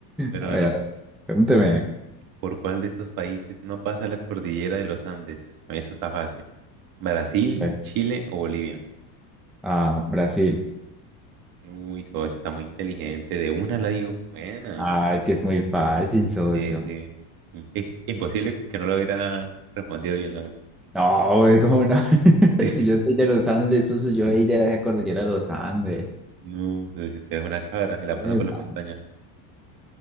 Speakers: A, on the right; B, in the centre.
A: Bueno,
B: A
A: bueno.
B: ver, a ver, pregúnteme.
A: ¿Por cuál de estos países no pasa la cordillera de los Andes? A mí esto está fácil. ¿Brasil,
B: A ver,
A: Chile o Bolivia?
B: Ah, Brasil.
A: Uy, socio, está muy inteligente. De una la dio. Bueno,
B: Ah, es que es muy fácil, socio.
A: sí, sí. I- imposible que no lo hubiera respondido bien, la verdad.
B: No, es como no. <laughs>
A: <laughs>
B: Si yo soy de los Andes, socio, yo soy de la cordillera de los Andes.
A: No, si usted es una cabra, se la pasa por
B: Epa.
A: la montaña.